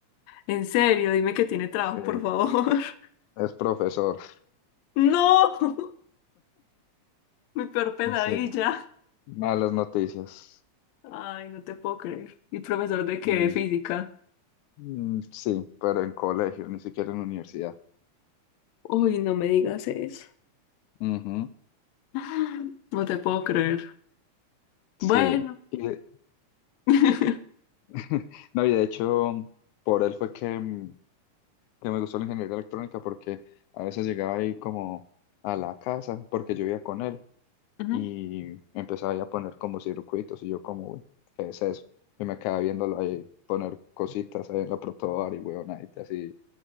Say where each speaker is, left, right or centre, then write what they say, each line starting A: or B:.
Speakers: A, on the left; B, on the left.
A: en serio, dime que tiene trabajo,
B: Sí,
A: por favor. <laughs>
B: es profesor. <laughs>
A: No, <laughs> mi peor pesadilla.
B: Sí, malas noticias.
A: Ay, no te puedo creer. ¿Y profesor de qué?
B: Mm,
A: ¿De física?
B: mm, sí, pero en colegio, ni siquiera en universidad.
A: Uy, no me digas eso.
B: Ujú,
A: <laughs> No te puedo creer. Bueno.
B: sí. Y de-
A: <laughs>
B: <laughs> no, y de hecho, por él fue que, mm, que me gustó la ingeniería electrónica porque a veces llegaba ahí como a la casa, porque yo vivía con él.
A: Ujú.
B: y empezaba ahí a poner como circuitos y yo como, "Uy, ¿qué es eso? Y me quedaba viéndolo ahí poner cositas ahí en la protobar y huevonaditas así